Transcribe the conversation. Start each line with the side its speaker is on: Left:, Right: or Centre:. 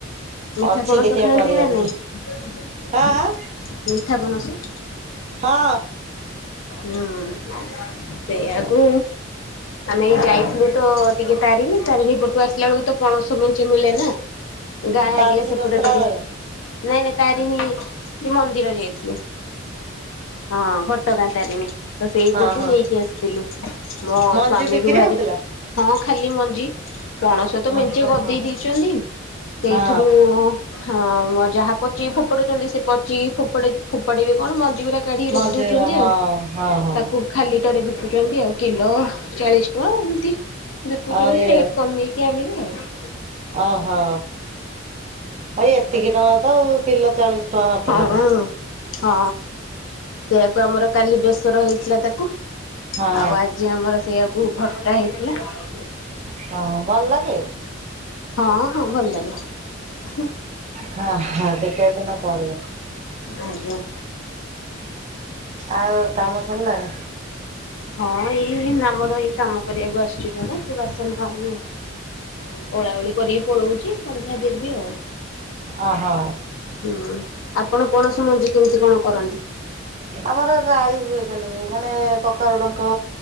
Left: ମିଠା
Right: ଅଛି
Left: ପଣସ
Right: ଦେଖିବା
Left: ଖାଆନ୍ତି
Right: କରିବା
Left: ନା
Right: ଦିନେ
Left: ନାଇଁ ମିଠା
Right: ଆଁ ଆଁ
Left: ପଣସ?
Right: ହଁ।
Left: ହୁଁ ସେଇଆକୁ ଆମେ ଏଇ ଯାଇଥିଲୁ ତ ଟିକେ ତାରିଣୀ ତାରିଣୀ ପଟୁ ଆସିଲା ବେଳକୁ ତ ପଣସ ମେନ ମିିଳେ ନା। ଗାଁ
Right: ତାରିଣୀ
Left: ଏରିଆ ସେପଟ
Right: ବସ୍ତ୍ରାଳୟ
Left: ଟିକେ ନାଇଁ ନାଇଁ ତାରିଣୀ କି ମନ୍ଦିର ଯାଇ ଥିଲୁ ହଁ ଘଟଗାଁ ତାରିଣୀ ତ ସେଇପଟୁ
Right: ହଁ ହଁ
Left: ନେଇକି ଆସିଥିଲୁ ମୋ
Right: ମଞ୍ଜି
Left: ସ୍ଵାମୀକୁ
Right: ବିକ୍ରି
Left: ଭାରି
Right: ହଉଥିଲା
Left: ହଁ ଖାଲି ମଞ୍ଜି ପଣସ ତ
Right: ହଁ
Left: ମେଞ୍ଚେ ଗଦ୍ ଦେଇ ଦେଇଛନ୍ତି ସେଇଥିରୁ
Right: ହଁ
Left: ହଁ ଯାହା ପଚି ଫୋପାଡୁଚନ୍ତି ସେ ପଚିକି ଫୋପାଡି ଫୋପାଡିବେ କଣ ମନ୍ ଜି ଗୁରା କାଢିକି
Right: ମଞ୍ଜିର
Left: ରଖି ଦଉଛନ୍ତି
Right: ହଁ
Left: ଆଉ
Right: ହଁ ହଁ
Left: ତାକୁ ଖାଲି ଅଟରେ ବିକୁଛନ୍ତି ଆଉ କିଲୋ ଚାଳିଶ ଟଙ୍କା। ତି ବିକୁଚନ୍ତି
Right: ଆଉ ଏ
Left: ରେଟ କମେଇକି ଆଣିବେ ଆଉ।
Right: ଓହୋ। ଭାଇ ଏତିକି ଟଙ୍କା ତ ଆଉ କିଲ ଚାଳିଶ ଟଙ୍କା ମାତ୍ର
Left: ହଁ।
Right: ତ।
Left: ହଁ। ସେଇଆକୁ ଆମର କାଲି ବେଶି ରହିଥିଲା ତାକୁ।
Right: ହଁ
Left: ଆଉ ଆଜି ଆମର ସେୟାକୁ କୁ ଭତ୍ତା ହେଇଥିଲା।
Right: ହଁ ଭଲ ଲାଗେ।
Left: ହଁ ହଁ ଭଲ ଲାଗେ ହେଁ।
Right: ହଁ ହ <unintelligible> ପଡ଼ିବ।
Left: ଆଜ୍ଞା।
Right: ଆଉ କାମ ସରିଲାଣି
Left: ହଁ ଏଇ ନା। ଆମର ଏଇ କାମ କରିବାକୁ ଆସିଛି ଜଣେ ସେ ବାସନ ଓଳା ଓଳି କରିକି ପଳଉଛି ସନ୍ଧ୍ୟା ଦେବି ଆଉ।
Right: ଅ ହ।
Left: ହୁଁ ଆପଣ ପଣସ ମଞ୍ଜି କେମିତି କଣ କରନ୍ତି?
Right: ଆମର ରାଈ ହୁଏ ଖାଲି ମାନେ କଖାରୁ ଡଙ୍କ